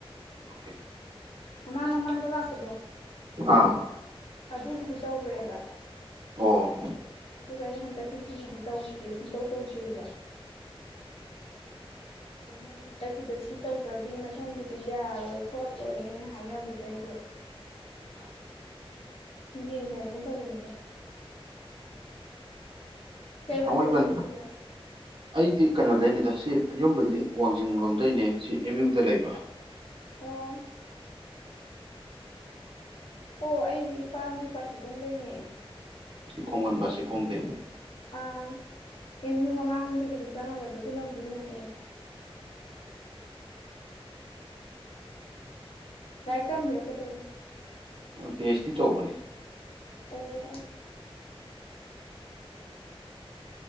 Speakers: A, on the right; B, on the left.
A: ꯑꯣꯀꯦ
B: ꯃꯃꯥꯡ ꯃꯃꯥꯡꯗ ꯂꯥꯛꯄꯗꯣ
A: ꯑꯥ
B: ꯑꯗꯨꯒꯤꯗꯤ ꯇꯧꯈ꯭ꯔꯦꯕ
A: ꯑꯣ
B: ꯑꯗꯨꯒ ꯑꯩꯅ ꯍꯟꯗꯛꯀꯤꯦꯖꯤꯒꯤꯗꯤ ꯇꯧꯗ꯭ꯔꯦ ꯁꯨꯡꯇꯧ ꯇꯧꯗ꯭ꯔꯤꯕ ꯑꯗꯣ ꯃꯣꯏꯅ ꯍꯟꯗꯛꯀꯤꯗꯣ ꯁꯤ ꯇꯧꯗ꯭ꯔꯗꯤ ꯃꯊꯪꯒꯤꯗꯣ ꯌꯥꯔꯣꯏ ꯈꯣꯠꯂꯣꯏ ꯍꯥꯏꯅꯕꯗꯨꯗ ꯑꯩꯗꯣ ꯁꯨꯝ ꯌꯦꯡꯒꯦ ꯑꯩꯅ ꯇꯧꯕꯅꯤꯗ ꯀꯩ ꯂꯝꯗꯣꯏꯅꯣ
A: ꯊꯥꯡꯃꯩꯕꯟ
B: ꯈꯂꯦ
A: ꯑꯩꯗꯤ ꯀꯩꯅꯣꯗꯩꯅꯦꯗ ꯁꯤ ꯌꯨꯝꯕꯗꯤ ꯋꯥꯡꯖꯤꯡ ꯂꯣꯝꯗꯩꯅꯦ ꯁꯤ ꯑꯦꯝ ꯌꯨꯗ ꯂꯩꯕ
B: ꯑꯣ ꯑꯣ ꯑꯩꯁꯨ ꯏꯄꯥꯝꯒꯤ ꯄꯕꯥꯁꯤꯈꯣꯡꯗꯩꯅꯦ
A: ꯈꯣꯡꯃꯟꯕꯁꯦ ꯈꯣꯡꯗꯦꯏ
B: ꯑꯥ ꯑꯦꯝ ꯌꯨ ꯑꯃꯃꯥꯡ ꯊ ꯀꯗ ꯆꯃꯒꯗꯣ ꯑꯗꯨꯅ ꯀꯗꯤꯅꯅꯦ ꯊꯃꯤꯔꯣ ꯀꯩꯗꯧꯔꯤꯅꯣ
A: ꯄꯤ ꯑꯩꯆ ꯗꯤ ꯇꯧꯕꯅꯤ
B: ꯑꯣ